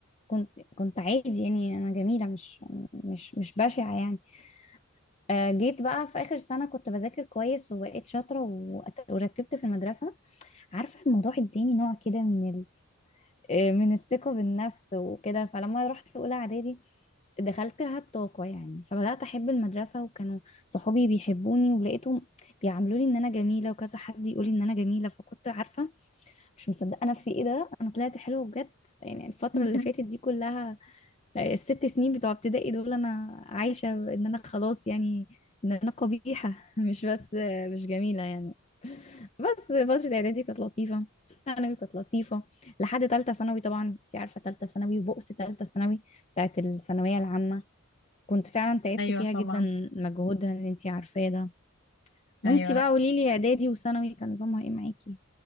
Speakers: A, on the left; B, on the left.
A: كنت كنت عادي يعني انا جميله مش مش مش بشعه يعني آه، جيت بقى في اخر سنه كنت بذاكر كويس وبقيت شاطره وأت- ورتبت في المدرسه عارفة الموضوع اداني نوع كده من ال... آه، من الثقة بالنفس وكده فلما رحت أولى إعدادي دخلتها بطاقة يعني فبدأت أحب المدرسة وكانوا صحابي بيحبوني ولقيتهم بيعاملوني إن أنا جميلة وكذا حد يقولي إن أنا جميلة فكنت عارفة مش مصدقة نفسي إيه ده أنا طلعت حلوة بجد يعني الفترة
B: <laughs>
A: اللي فاتت دي كلها آه، الست سنين بتوع ابتدائي دول أنا عايشة إن أنا خلاص يعني إن أنا قبيحة <laughs> مش بس آه، مش جميلة يعني بس فترة إعدادي كانت لطيفة ثانوي كانت لطيفة لحد تالتة ثانوي طبعا أنت عارفة تالتة ثانوي وبؤس تالتة ثانوي بتاعت الثانوية العامة كنت فعلا تعبت
B: ايوه
A: فيها
B: طبعا
A: جدا مجهودها اللي أنت عارفاه ده وأنت
B: ايوه
A: بقى قوليلي إعدادي وثانوي كان نظامها إيه معاكي؟